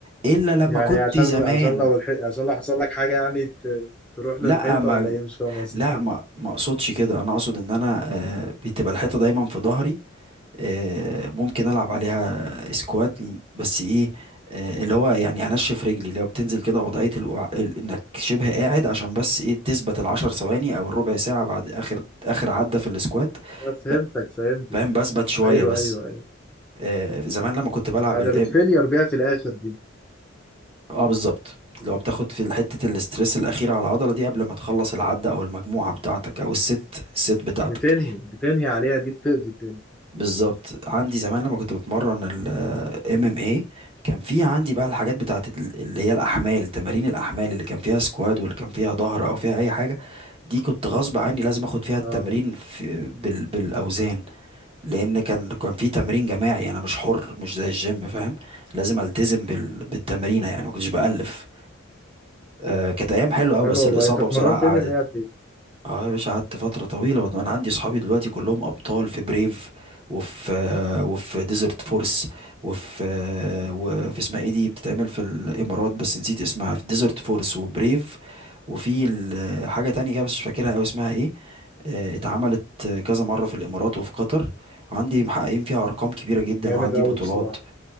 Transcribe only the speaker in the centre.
يعني
عشان
عشان لو الحي... عشان لو حصل لك حاجة يعني ت... تروح
للحيطة
ولا ايه مش فاهم قصدك
<laughs> أنا فهمتك
فهمتك
ايوه
ايوه ايوه
آه،
ده بتفيلير بيها في الاخر دي
بتنهي بتنهي عليها دي بتقضي الدنيا
اه
حلو
والله
انت اتمرنت
ام ام ايه قد ايه؟
جامد
قوي
بصراحة